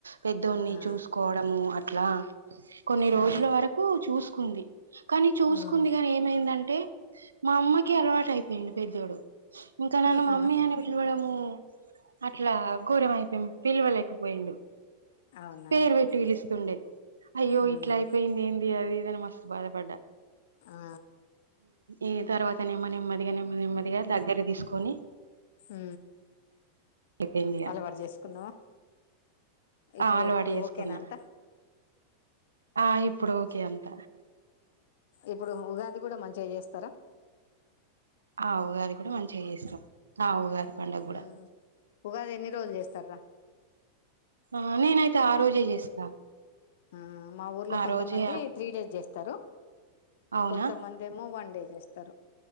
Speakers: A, on the right (about 70°); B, on the left (about 55°).
A: పెద్దోన్ని
B: ఆ
A: చూసుకోవడము అట్లా కొన్ని
B: ఉమ్
A: రోజుల వరకు చూసుకుంది కానీ చూసుకుంది
B: ఉమ్
A: కాని ఏమైందంటే మా అమ్మకి అలవాటు అయిపోయింది పెద్దోడు ఇంకా నన్ను
B: ఉమ్
A: మమ్మీ అని ము అట్లా ఘోరం అయిపోయి పిలవలేకపోయిండు
B: అవునా
A: పేరు పెట్టి పిలుస్తుండే అయ్యో
B: ఉమ్
A: ఇట్లా అయిపోయింది ఏంది అది ఇదని మస్త బధపడ్డ
B: ఆ
A: ఏ తర్వాత నిమ్మ నెమ్మదిగా నిమ్మది నెమ్మదిగా దగ్గర తీసుకొని
B: హ
A: అయిపోయింది ఇగ
B: అలవాటు చేసుకున్నావా ఇప్పుడు
A: ఆ అలవాటు
B: ఇప్పుడు
A: చేసుకున్నా
B: ఓకేనా అంత
A: ఆ ఇప్పుడు ఓకే అంత
B: ఇప్పుడు ఉగాది కూడా మంచిగా చేస్తారా
A: ఆ ఉగాది కూడా మంచిగా చేస్తాం ఆ ఉగాది పండగ కూడా
B: ఉమ్ ఉగాది ఎన్ని రోజులు చేస్తారా
A: ఆ నేనైతే ఆ రోజే చేస్తా
B: ఆ మా ఊర్లో
A: ఆ
B: కొంతమంది
A: రోజే ఆ
B: త్రీ డేస్ చేస్తారు
A: అవునా
B: కొంతమంది ఏమో వన్ డే చేస్తారు